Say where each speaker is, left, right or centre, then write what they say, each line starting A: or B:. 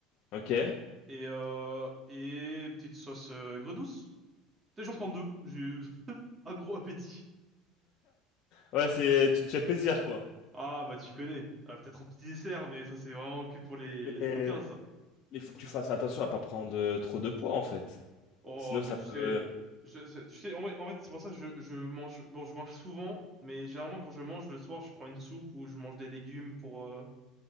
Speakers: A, on the left; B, on the right.
A: Ok.
B: et euh, et petite sauce euh, aigre douce. Peut-être j'en prends deux. J'ai eu <laughs> un gros appétit.
A: Ouais, c'est, tu te fais plaisir quoi.
B: Ah bah tu connais. Ah, peut-être un petit dessert, mais ça c'est vraiment que pour les les
A: Mais
B: coquins ça.
A: il faut que tu fasses attention à pas prendre euh, trop de poids en fait.
B: Oh
A: Sinon, ça
B: bah tu
A: peut.
B: sais,
A: euh,
B: je- je- tu sais en vrai- en fait c'est pour ça que je je mange. Bon, je mange souvent, mais généralement quand je mange le soir, je prends une soupe ou je mange des légumes pour euh,